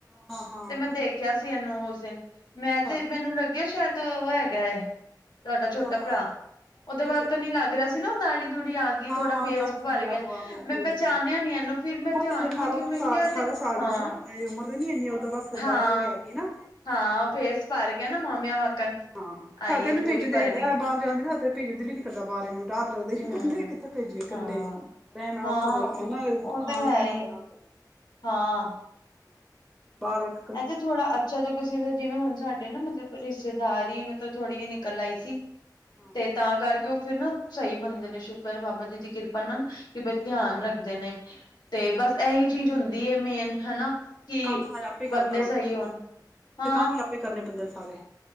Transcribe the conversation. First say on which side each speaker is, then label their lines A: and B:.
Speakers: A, in the centre; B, on the left (about 70°).
A: ਹਾਂ ਹਾਂ
B: ਤੇ ਮੈਂ ਦੇਖਿਆ ਸੀ ਇਹਨੂੰ ਉਸ ਦਿਨ। ਮੈਂ
A: ਅੱਛਾ
B: ਤੇ ਮੈਨੂੰ ਲੱਗਿਆ ਸ਼ਾਇਦ ਉਹ ਹੈਗਾ ਹੈ। ਤੁਹਾਡਾ ਛੋਟਾ
A: ਹਾਂ
B: ਭਰਾ ਉਹਦੇ
A: ਅੱਛਾ
B: ਵਾਕਣ
A: ਅੱਛਾ ਅੱਛਾ
B: ਹੀ ਲੱਗ ਰਿਹਾ ਸੀ। ਓਹਦੀ ਨਾ ਦਾੜੀ ਦੂੜੀ ਆ ਗਈ
A: ਹਾਂ
B: ਥੋੜ੍ਹਾ
A: ਹਾਂ
B: ਫੇਸ
A: ਦਾੜੀ ਦੂੜੀ
B: ਭਰ ਗਿਆ
A: ਆਹੋ ਆਹੋ
B: ਮੈਂ
A: ਫੇਸ
B: ਪਹਿਚਾਣਿਆ ਨੀ ਇਹਨੂੰ ਫਿਰ
A: ਉਮਰ
B: ਮੈਂ ਧਿਆਨ
A: ਤੇ ਅਠਾਰਾਂ
B: ਨਾ ਦੇਖਿਆ
A: ਉੱਨੀ
B: ਮੈਂ
A: ਸਾਲ
B: ਕਿਹਾ। ਤੇ
A: ਅਠਾਰਾਂ ਸਾਲ
B: ਹਾਂ
A: ਦੀ ਸੂ ਉਮਰ ਤੇ ਨੀ ਇੰਨੀ ਉ ਓਦਾਂ ਬਸ
B: ਹਾਂ
A: ਦਾੜੀ ਦੂੜੀ ਆ ਗਈ ਨਾ।
B: ਹਾਂ ਫੇਸ ਭਰ ਗਿਆ ਨਾ ਮਾਮਿਆਂ ਵਾਕਣ।
A: ਹਾਂ
B: ਆਈ
A: ਸਤ
B: ਹੈ
A: ਨੂੰ ਭੇਜਦੇ
B: ਪੂਰੀ ਭਰਵੀਂ
A: ਇਹ ਬਾਹਰ ਜਾ ਕੇ ਨਾ ਭੇਜਣ ਦੀਲ ਹੀ ਨਿ ਕਰਦਾ ਬਾਰ ਇਹਨੂੰ। ਡਰ ਲੱਗਦਾ ਈ
B: ਹਮ
A: ਇਕੱਲੇ ਕਿੱਥੇ ਭੇਜੀਏ ਇਕੱਲੇ।
B: ਹਾਂ
A: ਰਹਿਣਾ
B: ਹਾਂ
A: ਔਖਾ ਬੜਾ ਹੈ ਨਾ
B: ਉਹ
A: ਖਾਣ
B: ਤੇ ਹੈ
A: ਪੀਣ
B: ਹੀ
A: ਦਾ ਬੜਾ ਹੁੰਦਾ।
B: ਹਾਂ।
A: <inaudible> ਪਾਰਕ।
B: ਹੈਂ ਤੇ ਥੋੜਾ ਅੱਛਾ ਜਿਹਾ ਕਿਸੇ ਜਿਵੇਂ ਹੁਣ ਸਾਡੇ ਨਾ ਮਤਲਬ ਰਿਸ਼ਤੇਦਾਰੀ ਮਤਲਬ। ਥੋੜ੍ਹੀ ਜਿਹੀ ਨਿਕਲ ਆਈ ਸੀ
A: ਹਾਂ
B: ਤੇ ਤਾਂ ਕਰਕੇ ਉਹ ਫਿਰ ਨਾ। ਸਹੀ ਬੰਦੇ ਨੇ ਸ਼ੁਕਰ ਏ ਬਾਬਾ ਜੀ ਦੀ ਕਿਰਪਾ ਨਾਲ ਕਿ ਬਈ ਧਿਆਨ
A: ਇਹ ਤੇ ਬਾਤ
B: ਰੱਖਦੇ
A: ਸਹੀ
B: ਨੇ।
A: ਹੈ
B: ਤੇ ਬਸ ਇਹੀ ਚੀਜ਼ ਹੁੰਦੀ ਹੈ ਮੇਨ ਹਨਾ। ਕਿ
A: ਕੰਮ ਸਾਰੇ ਆਪੇ ਕਰਦਾ
B: ਬੰਦੇ
A: ਹੋਣਾ
B: ਸਹੀ ਹੋਣ
A: ਫਿਰ
B: ਹਾਂ
A: ਤੇ ਕੰਮ ਵੀ ਆਪੇ ਕਰਨੇ ਪੈਂਦੇ ਨੇ ਸਾਰੇ।